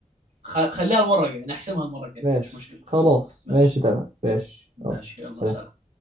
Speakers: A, on the right; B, on the right.
A: خ- خليها المره الجايه نحسمها المره الجايه
B: ماشي
A: مش مشكله
B: خلاص
A: ماشي
B: ماشي تمام ماشي
A: ماشي
B: يلا
A: يلا
B: سلام
A: سلام